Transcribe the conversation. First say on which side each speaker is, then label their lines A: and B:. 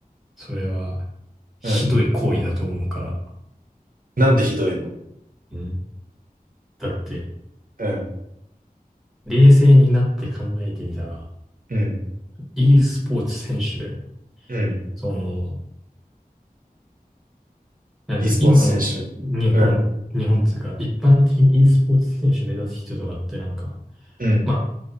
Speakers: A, in the centre; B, on the right (about 65°).
A: それは、ひどい行為だと思うから。
B: うん。なんでひどいの
A: うんだって、
B: うん。
A: 冷静になって考えてみたら、
B: うん。
A: e スポーツ選手、
B: うん。
A: その、なんだろう、
B: e スポーツ選手。
A: 今の日本、
B: うん、
A: 日本っていうか、一般的に e スポーツ選手目指す人とかってなんか、
B: うん、
A: まあ、